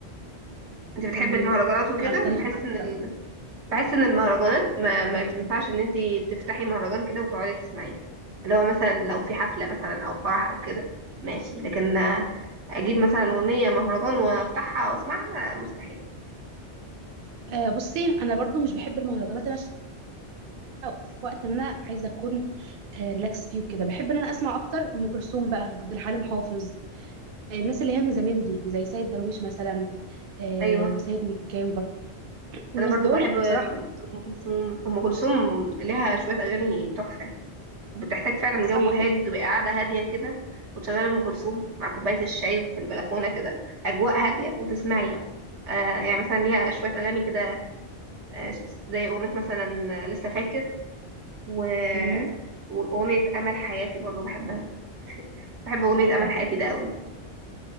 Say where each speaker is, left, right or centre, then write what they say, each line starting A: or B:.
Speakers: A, on the right (about 85°); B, on the right (about 60°).
A: انت بتحب
B: امم
A: المهرجانات وكده
B: اختلف
A: بحس
B: معاكي
A: ان
B: بقى
A: بحس ان المهرجانات ما, ما
B: بحب
A: تنفعش ان انتي تفتحي مهرجان كده وتقعدي تسمعيه اللي هو مثلا لو في حفلة مثلا او فرح او كده ماشي لكن آه، اجيب مثلا اغنية مهرجان وافتحها واسمعها آه، مستحيل
B: آه بصي انا برضو مش بحب المهرجانات انا شايفة في وقت ان انا عايزه اكون آه ريلاكس فيه وكده بحب ان انا اسمع اكتر ام كلثوم بقى عبد الحليم حافظ آه، الناس اللي هي من زمان دي زي سيد درويش مثلا آه
A: ايوه
B: وسيد مكاوي برضه الناس
A: انا برضو
B: دول
A: بحب ام
B: بصراحه
A: أم كلثوم ام كلثوم ليها شوية اغاني تحفة وبتحتاج فعلا
B: صح
A: جو هادي
B: وب...
A: تبقى قاعدة هادية كده وتشغلي ام كلثوم مع كوباية الشاي في البلكونة كده اجواء هادية وتسمعي بقى آه يعني مثلا ليها شوية اغاني كده آه، زي أغنية مثلا آه، لسه فاكر و...
B: مم،
A: وأغنية أمل حياتي برضو بحبها بحب أغنية
B: تحفه
A: أمل حياتي ده قوي